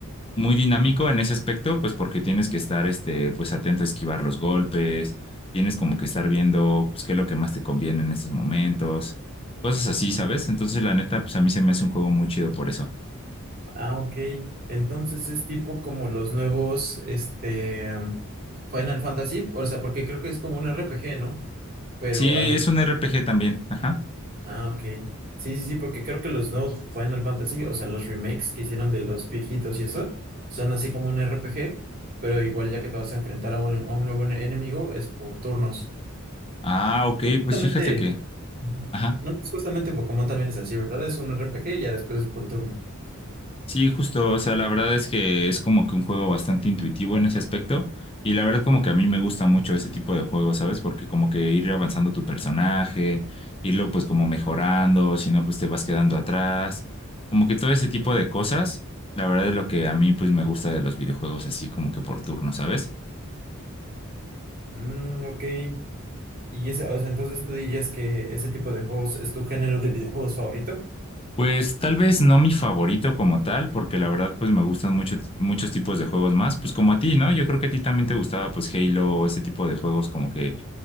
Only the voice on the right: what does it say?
Ah, ok. Entonces es tipo como los nuevos, este, Final Fantasy, o sea, porque creo que es como un RPG, ¿no? Pero
al menos.
Ah, ok. Sí, sí, sí, porque creo que los nuevos Final Fantasy, o sea, los remakes que hicieron de los viejitos y eso, son así como un RPG, pero igual ya que te vas a enfrentar a un, a un nuevo ene- enemigo, es por turnos.
Pues Justamente,
Ujú.
no, pues justamente Pokémon también es así, ¿verdad? Es un RPG y ya después es por turno.
Mm, ok. Y ese, o sea, entonces tú dirías que ese tipo de juegos es tu género de videojuegos favorito.